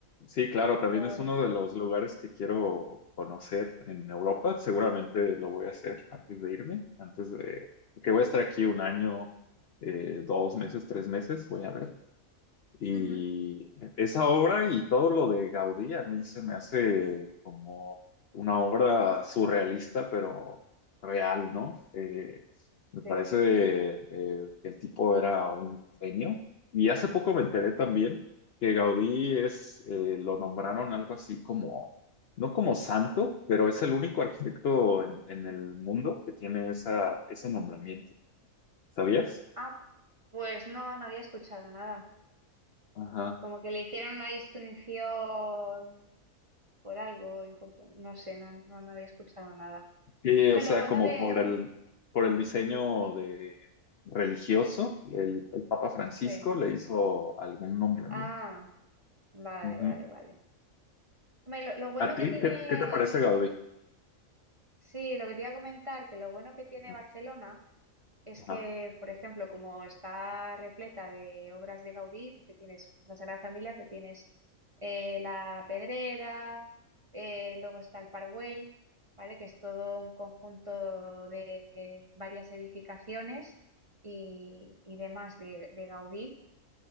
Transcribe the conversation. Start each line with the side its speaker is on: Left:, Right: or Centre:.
Left: Sí, claro, también
Right: Qué bueno.
Left: es uno de los lugares que quiero conocer en Europa. Seguramente lo voy a hacer antes de irme, antes de que voy a estar aquí un año, eh, dos meses, tres meses, voy a ver. Y
Right: Ujú,
Left: esa obra y todo lo de Gaudí a mí se me hace como una obra surrealista, pero real, ¿no? Eh, me parece
Right: sí.
Left: eh, que el tipo era un genio. Y hace poco me enteré también que Gaudí es, eh, lo nombraron algo así como, no como santo, pero es el único arquitecto en, en el mundo que tiene esa, ese nombramiento. ¿Sabías?
Right: Ah, pues no, no había escuchado nada.
Left: Ajá.
Right: Como que le hicieron una distinción por algo, en conc- no sé, no, no, no había escuchado nada.
Left: Sí,
Right: De
Left: o sea,
Right: lo bueno
Left: como
Right: de...
Left: por el, por el diseño de religioso, el, el Papa Francisco
Right: Sí.
Left: le hizo algún nombramiento.
Right: Ah, vale,
Left: Ujú.
Right: vale, vale. Hombre, lo lo bueno
Left: ¿A ti
Right: que tiene...
Left: qué, qué te parece Gaudí?
Right: Sí, lo que te iba a comentar, que lo bueno que tiene
Left: Ajá.
Right: Barcelona Es
Left: Ajá.
Right: que, por ejemplo, como está repleta de obras de Gaudí, porque tienes la Sagrada Familia, pero tienes eh, la Pedrera, eh, luego está el Parwell, ¿vale? Que es todo un conjunto de, eh, varias edificaciones y, y demás de, de Gaudí